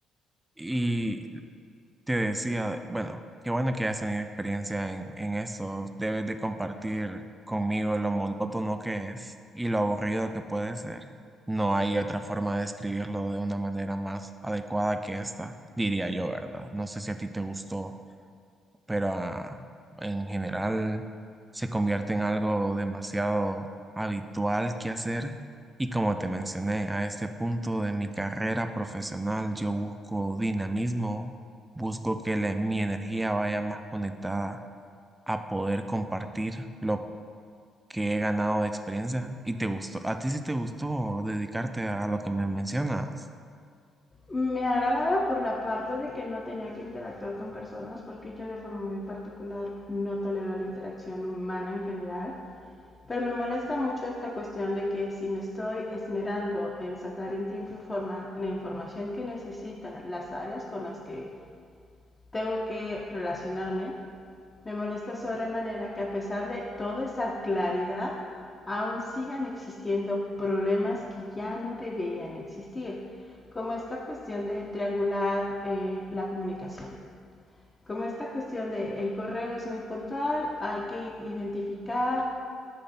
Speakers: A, on the right (about 15°); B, on the left (about 25°).
A: y Te decía, bueno, qué bueno que has tenido experiencia en, en eso. Debes de compartir conmigo lo monótono que es y lo aburrido que puede ser. No hay otra forma de describirlo de una manera más adecuada que esta, diría yo, ¿verdad? No sé si a ti te gustó pero ah, en general se convierte en algo demasiado habitual que hacer. Y como te mencioné, a este punto de mi carrera profesional yo busco dinamismo, busco que la- mi energía vaya más conectada a poder compartir lo que he ganado de experiencia. ¿Y te gustó? ¿A ti sí te gustó dedicarte a lo que me mencionas?
B: Me agradaba por la parte de que no tenía que interactuar con personas, porque yo de forma muy particular no tolero la interacción humana en general. Pero me molesta mucho esta cuestión de que si me estoy esmerando en sacar en tiempo y forma la información que necesita las áreas con las que tengo que relacionarme, me molesta sobremanera que a pesar de toda esa claridad, aún sigan existiendo problemas que ya no deberían existir, como esta cuestión de triangular eh, la comunicación, como esta cuestión de el correo es muy puntual, hay que identificar